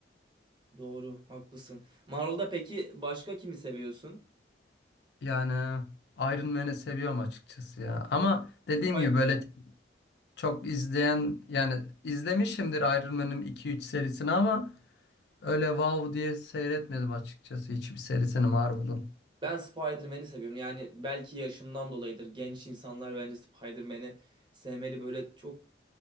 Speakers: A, on the right; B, on the left.
A: Doğru, haklısın. Marvel'da peki başka kimi seviyorsun?
B: Yani Iron Man'i seviyorum açıkçası ya. Ama dediğim
A: Spider-
B: gibi böyle çok izleyen yani izlemişimdir Iron Man'in 2-3 serisini ama öyle wow diye seyretmedim açıkçası hiçbir serisini Marvel'ın.
A: ben Spider-Man'i seviyorum. Yani belki yaşımdan dolayıdır. Genç insanlar bence Spider-Man'i sevmeli. Böyle çok